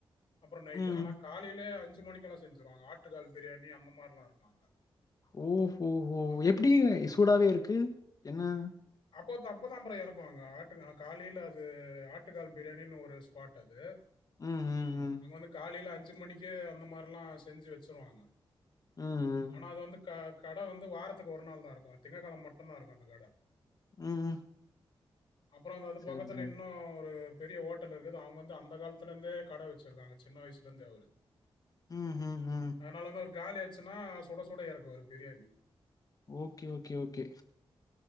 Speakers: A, on the left; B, on the left.
A: அப்புற நைட்
B: ம்
A: ஆனா காலைல ய அஞ்சு மணிக்கெல்லா செஞ்சுருவாங்க ஆட்டுகால் பிரியாணி அந்த மாரி எல்லா இருக்கு அங்க
B: ஓ ஹோ ஹோ
A: அ
B: எப்டி சூடாவே இருக்கு என்ன
A: அப்ப அப்ப அப்ப தா ப்ரோ எறக்குவாங்க ஆட்டுக்கா காலையில அது ஆட்டுக்கால் பிரியாணினு ஒரு ஸ்பாட் அது
B: ம் ம் ம்
A: அங்க வந்து காலையில அஞ்சு மணிக்கு அந்த மாரில்லா செஞ்சு வச்சிருவாங்க
B: ம் ம்
A: ஆனா அது வந்து கட வந்து வாரத்துக்கு ஒரு நாள் தா இருக்கு திங்ககெளம மட்டுந்தா இருக்கு அந்த கட
B: ம் ம்
A: அப்புறம் அந்த அது
B: சரி
A: பக்கத்துல
B: சரி
A: இன்னும் ஒரு பெரிய ஓட்டல் இருக்குது அவங்க வந்து அந்த காலத்துலேந்தே கட வச்சிருக்காங்க சின்ன வயசுலேந்தே அவரு
B: ம் ம் ம்
A: அதனால வந்து அவரு காலி ஆச்சுன்னா சுட சுட எறக்குவாரு பிரியாணி
B: ஓகே ஓகே ஓகே